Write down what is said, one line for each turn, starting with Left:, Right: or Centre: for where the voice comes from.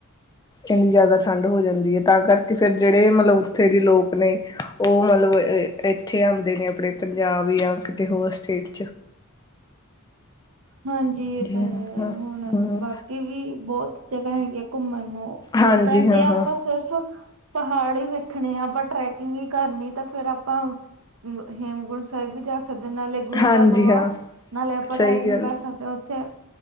Left: ਇੰਨੀ ਜ਼ਿਆਦਾ। ਠੰਡ ਹੋ ਜਾਂਦੀ ਏ ਤਾਂ ਕਰਕੇ ਫੇਰ ਜਿਹੜੇ ਮਤਲਬ ਉੱਥੇ ਦੇ ਲੋਕ ਨੇ ਉਹ ਮਤਲਬ ਇੱਥੇ ਆਉਂਦੇ ਨੇ ਆਪਣੇ ਪੰਜਾਬ ਜਾਂ ਕਿਤੇ ਹੋਰ ਸਟੇਟ
Right: ਹਾਂਜੀ, ਇਹ ਤਾਂ
Left: ਹਾਂ
Right: ਹੈ
Left: ਹਾਂ
Right: ਹੁਣ
Left: ਹਾਂ
Right: ਬਾਕ ਵੀ ਬਹੁਤ ਜਗ੍ਹਾ ਹੈਗੀਆਂ ਘੁੰਮਣ ਨੂੰ
Left: ਹਾਂਜੀ
Right: ਉ ਤਾਂ
Left: ਹਾਂ
Right: ਜੇ ਆਪਾਂ
Left: ਹਾਂ
Right: ਸਿਰਫ ਪਹਾੜ ਈ ਵੇਖਣੇ ਆ ਆਪਾਂ ਟਰੈਕਿੰਗ ਵੀ ਕਰਨੀ ਤਾਂ ਫੇਰ ਆਪਾਂ ਹੇਮਕੁੰਟ ਸਾਹਿਬ ਵੀ ਜਾ ਸਕਦੇ ਨਾਲੇ ਗੁਰੂ
Left: ਹਾਂਜੀ
Right: ਘਰ ਹੋ
Left: ਹਾਂ
Right: ਆਓ ਨਾਲੇ ਆਪਾਂ
Left: ਸਹੀ
Right: ਟਰੈਕਿੰਗ
Left: ਗੱਲ
Right: ਕਰ ਸਕ ਤੇ ਉੱਥੇ